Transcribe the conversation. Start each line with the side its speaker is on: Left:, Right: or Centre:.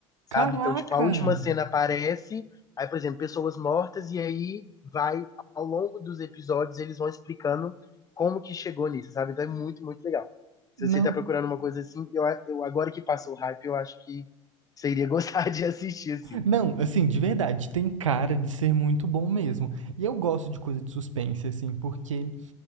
Left: sabe?
Right: Caraca!
Left: Então, tipo, a última cena aparece, aí, por exemplo, pessoas mortas, e aí vai, ao longo dos episódios, eles vão explicando como que chegou nisso, sabe? Então é muito, muito legal. Se
Right: Não,
Left: você tá procurando uma coisa assim, eu, eu agora que passou o hype, eu acho que você iria <laughs> gostar de assistir, assim.
Right: não, assim, de verdade, tem cara de ser muito bom mesmo. E eu gosto de coisa de suspense, assim, porque